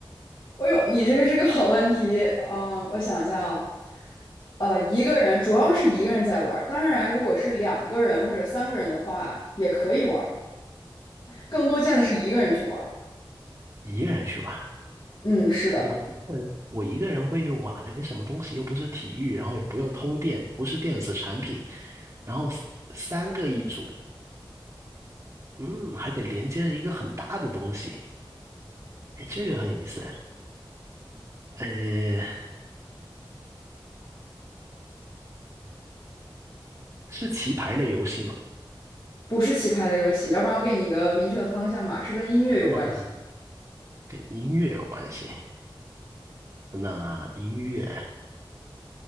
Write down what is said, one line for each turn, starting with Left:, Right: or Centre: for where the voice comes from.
Left: 哎呦，你这个是个好问题，啊，我想一下啊，呃，一个人主要是一个人在玩儿，当然如果是两个人或者三个人的话也可以玩儿，更多见的是一个人去玩儿。
Right: 一个人去玩。
Left: 嗯，是的。
Right: 我一个人，我一个人会去玩什么东西？又不是体育，然后也不用通电，不是电子产品，然后 s- 三个一组，嗯，还得连接着一个很大的东西，哎，这个很有意思。呃，是棋牌类游戏吗？
Left: 不是棋牌类游戏，要不然我给你一个明确的方向吧，是跟音乐有关系的。
Right: 不，跟音乐有关系。那音乐，